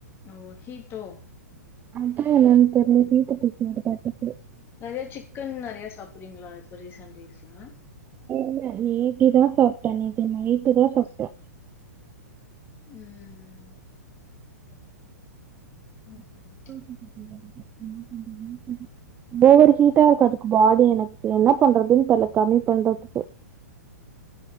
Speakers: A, on the left (about 25°); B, on the right (about 20°).
A: ஓ ஹீட்டோ
B: அதா என்னான் தெர்ல ஹீட்டு புடுச்சுக்குதாட்ருக்குது
A: நெறைய சிக்கன் நெறையா சாப்புடுறிங்களா இப்ப ரீசன்ட் டேஸ் எல்லா
B: இல்ல நேத்திதா சாப்ட்ட நேத்தி நைட்டுதா சாப்ட்ட
A: ம்
B: <inaudible>
A: ம்ஹும்.
B: ஓவர் ஹீட்டா இருக்குதுக்கு பாடி எனக்கு என்ன பண்றதுன் தெர்ல கம்மி பண்றதுக்கு